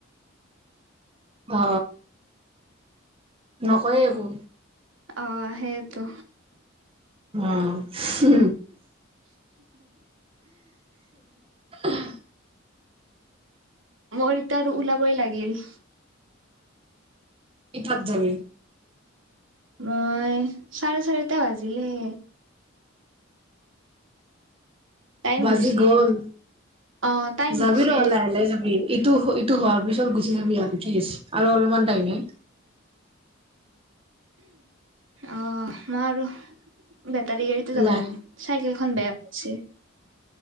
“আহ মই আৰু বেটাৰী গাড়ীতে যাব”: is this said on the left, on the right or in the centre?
Right